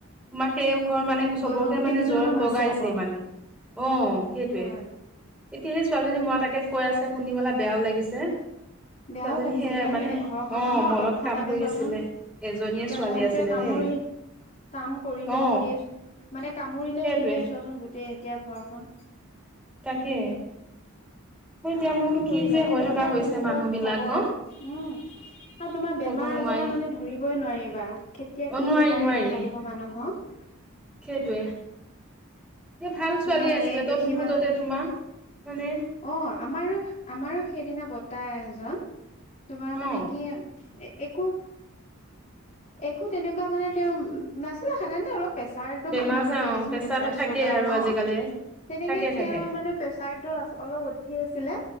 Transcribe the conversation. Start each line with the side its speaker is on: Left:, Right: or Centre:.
Centre: তোমাক সেই ঘৰ মানে চবকে
Left: হয় হয় গোটেই
Centre: মানে
Left: কেইজনৰ
Centre: জ্বৰ
Left: হৈছে
Centre: বগাইছে
Left: আকৌ
Centre: মানে। অহ সেইটোৱে।
Left: হয়
Centre: এতিয়া সেই ছোৱালীজনী মই তাকে কৈ আছে শুনি পেলায় বেয়াও লাগিছে
Left: বেয়াও
Centre: ছোৱালীজনী
Left: লাগিছে
Centre: সেয়া
Left: চোৱাচোন
Centre: মানে
Left: এতিয়া ঘৰখনৰ
Centre: অ
Left: ন
Centre: মলত
Left: তৎক্ষণাতে
Centre: কাম কৰি
Left: চোৱাচোন
Centre: আছিলে এজনীয়ে
Left: এতিয়া
Centre: ছোৱালী
Left: মহটোৱে
Centre: আছিলে
Left: কামুৰি
Centre: সেই
Left: কাম কৰিলে
Centre: অ
Left: বুলিয়ে মানে কামুৰিলে
Centre: সেইটোৱে
Left: বুলিয়ে চোৱাচোন গোটেই এতিয়া ঘৰখন
Centre: তাকে হয় দিয়া মোৰনো
Left: কি কৰিবা
Centre: যে হৈ
Left: কেতিয়া
Centre: থকা হৈছে
Left: কেনেকুৱা
Centre: মানুহ বিলাক
Left: খবৰ
Centre: ন
Left: উম আৰু তোমাৰ বেমাৰ
Centre: ক'ব নোৱাৰি
Left: আজাৰ মানে ধৰিবই নোৱাৰিবা কেতিয়া
Centre: অ
Left: কি
Centre: নোৱাৰি
Left: বেমাৰে
Centre: নোৱাৰি
Left: দেখা দিব মানুহক
Centre: সেইটোৱে। এ ভাল ছোৱালী
Left: তোমাৰ
Centre: আছিলে
Left: এই
Centre: তত
Left: দেখিবা
Centre: মুহূৰ্ততে তোমাৰ মানে
Left: অ আমাৰো আমাৰো সেইদিনা বৰ্তা এজন তোমাৰ মানে
Centre: অ
Left: কি একো একো তেনেকুৱা মানে তেওঁ নাছিলা সাধাৰণতে অলপ। প্ৰেচাৰতো
Centre: বেমাৰ
Left: মানুহৰ
Centre: আজাৰ
Left: থাকেই
Centre: অ
Left: দিয়াচোন
Centre: প্ৰেছাৰটো
Left: প্ৰেচাৰ
Centre: থাকেই
Left: চুগাৰ
Centre: আৰু
Left: অ
Centre: আজিকালি
Left: তেনেকে
Centre: থাকে থাকে
Left: তেওঁ মানে প্ৰেচাৰটো অলপ উঠি আছিলে।